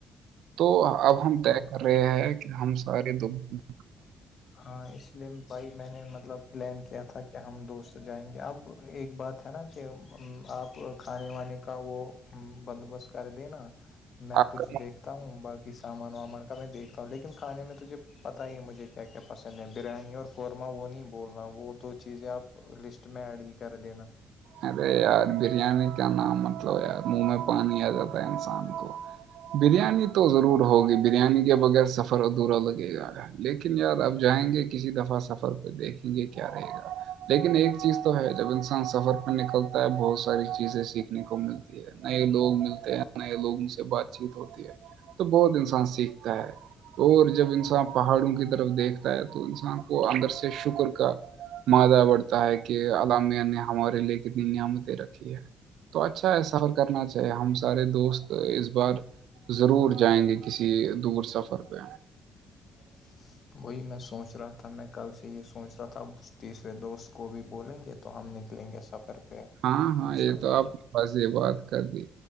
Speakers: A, on the right; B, on the left.
A: تو اب ہم طے کر رہے ہیں کہ ہم سارے دوست
B: ہاں اس لیے بھائی میں نے مطلب پلان کیا تھا کہ ہم دوست جائیں گے اب ایک بات ہے نا کہ آپ کھانے وانے کا وہ بندوبست کر دینا میں
A: آپ
B: کچھ
A: کا-
B: دیکھتا ہوں باقی سامان وامان کا میں دیکھتا ہوں لیکن کھانے میں تو تجھے پتا ہے مجھے کیا کیا پسند ہے بریانی اور قورمہ وہ نہیں بولنا وہ دو چیزیں آپ لسٹ میں ایڈ ہی کر دین
A: ارے یار بریانی کیا نام مطلب یار منہ میں پانی آ جاتا ہے انسان کو بریانی تو ضرور ہوگی بریانی کے بغیر سفر ادھورا لگے گا لیکن یار اب جائیں گے کسی دفعہ سفر پہ دیکھیں گے کیا رہے گا لیکن ایک چیز تو ہے جب انسان سفر پر نکلتا ہے بہت ساری چیزیں سیکھنے کو ملتی ہے نئے لوگ ملتے ہیں نئے لوگوں سے بات چیت ہوتی ہے تو بہت انسان سیکھتا ہے اور جب انسان پہاڑوں کی طرف دیکھتا ہے تو انسان کو اندر سے شکر کا مادہ بڑھتا ہے کہ علامیہ نے ہمارے لیے دن نعمتیں رکھی ہے تو اچھا ہے سفر کرنای ہم سارے دوست اس بار ضرور جائیں گے کسی دور سفر پہ
B: ہاں وہی میں سوچ رہا تھا میں کل سے یہ سوچ رہا تھا ا تیسرے دوست کو بھی بولیں گے تو ہم نکلیں گے سفر پہ
A: ہاں ہاں
B: انشاء
A: یہ
B: اللہ
A: تو آپ نے بس یہ بات کر دی